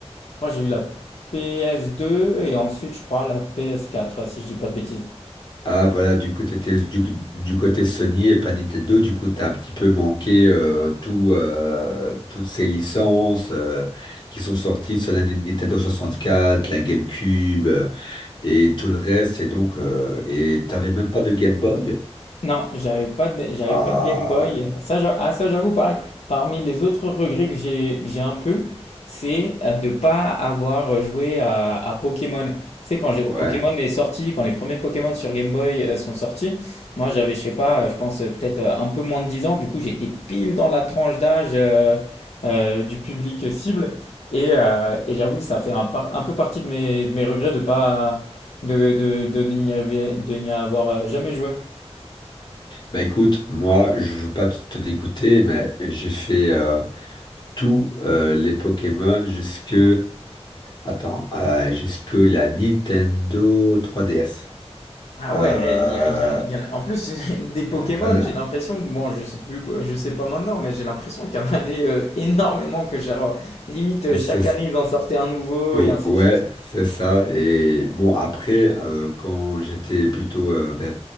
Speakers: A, on the left; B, on the left.
A: je crois que j'ai eu la ps deux et ensuite je crois la ps quatre si je dis pas de bêtises.
B: Ah voilà, du coup t'étais du, du côté Sony et pas Nintendo, du coup t'as un petit peu manqué euh, tout, euh, toutes ces licences euh, qui sont sorties sur la Ni- Nintendo quatre la GameCube euh, et tout le reste, et donc euh, et t'avais même pas de Game Boy?
A: Non, j'avais pas de, j'avais
B: Ah
A: pas de Game Boy. Ça, j'a- ah, ça, j'avoue, pareil. Parmi les autres regrets que j'ai, que j'ai un peu, c'est euh, de pas avoir joué à, à Pokémon. Tu sais, quand j'ai- Pokémon
B: ouais.
A: est sorti, quand les premiers Pokémon sur Game Boy euh, sont sortis, moi, j'avais, je sais pas, euh, je pense euh, peut-être euh, un peu moins de 10 ans. Du coup, j'étais pile dans la tranche d'âge euh, euh, du public cible. Et, euh, et j'avoue que ça fait un, par- un peu partie de mes, de mes regrets de pas, de, de, de n'y avoir, de n'y avoir euh, jamais joué.
B: Bah écoute, moi je veux pas te te dégoûter, mais j'ai fait euh, tous euh, les Pokémon jusque attends euh, jusque la Nintendo 3DS.
A: Ah ouais,
B: Euh,
A: il y, a- il y en a, il y en a- En plus, <laughs> des Pokémon,
B: euh,
A: j'ai l'impression que, bon, je sais plus, quoi- je sais pas maintenant, mais j'ai l'impression qu'il y en avait euh, énormément, que genre, limite, euh,
B: c'est
A: chaque
B: ça.
A: année, ils en sortaient un nouveau,
B: Ou-
A: et ainsi
B: ouais,
A: de suite.
B: c'est ça. Et bon après euh, quand j'étais plutôt euh, vers